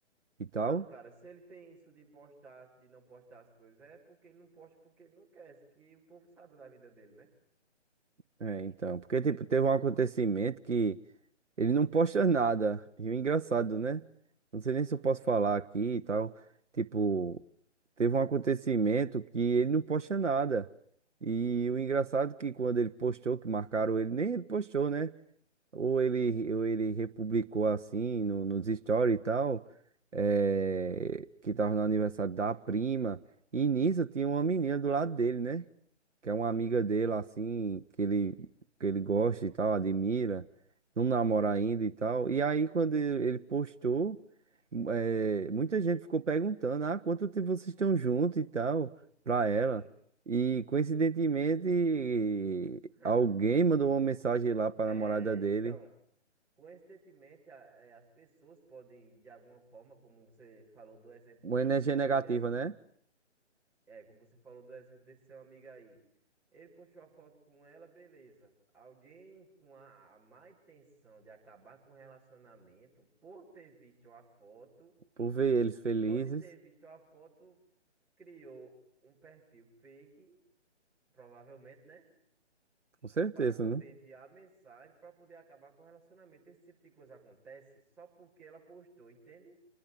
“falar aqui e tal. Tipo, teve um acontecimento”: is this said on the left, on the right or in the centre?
Right